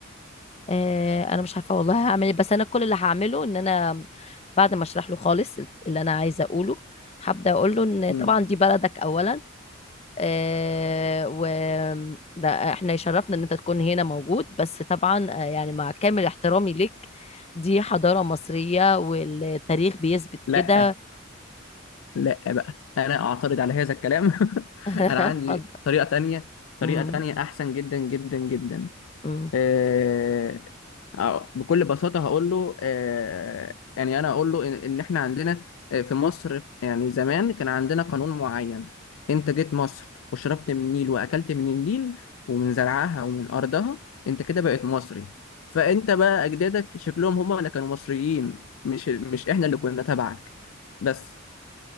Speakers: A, on the left (about 30°); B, on the left (about 75°).
A: آه، انا مش عارفه والله هعمل ايه بس انا كل اللي هعمله ان انا بعد ما اشرح له خالص اللي انا عايزه اقوله هبدا اقول له ان
B: مم.
A: طبعا دي بلدك اولا آه، و ده احنا يشرفنا ان انت تكون هنا موجود بس طبعا آه، يعني مع كامل احترامي ليك دي حضارة مصرية والتاريخ بيثبت
B: لا
A: كده
B: لا بقى انا اعترض على هذا الكلام <laughs>
A: <laughs>
B: انا عندي
A: اتفضل
B: طريقة تانية طريقة
A: امم
B: تانية احسن جدا جدا جدا
A: امم
B: آه، آه، بكل بساطة هقول له آه، يعني أنا أقول له إن إن إحنا عندنا آه، في مصر يعني زمان كان عندنا قانون معين أنت جيت مصر وشربت من النيل وأكلت من النيل ومن زرعها ومن أرضها أنت كده بقيت مصري فأنت بقى أجدادك شكلهم هما اللي كانوا مصريين مش مش إحنا اللي كنا تبعك بس